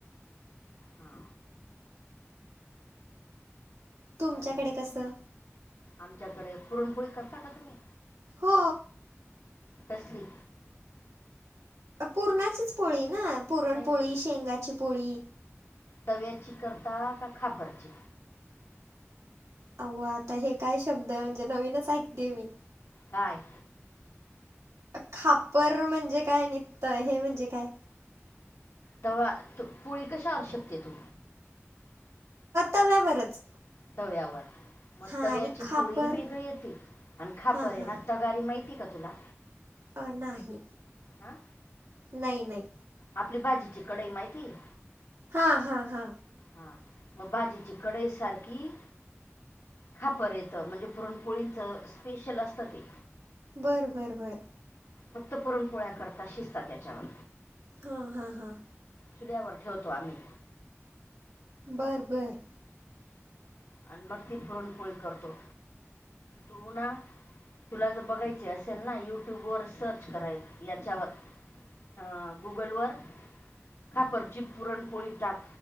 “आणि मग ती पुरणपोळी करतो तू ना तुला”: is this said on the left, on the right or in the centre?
Left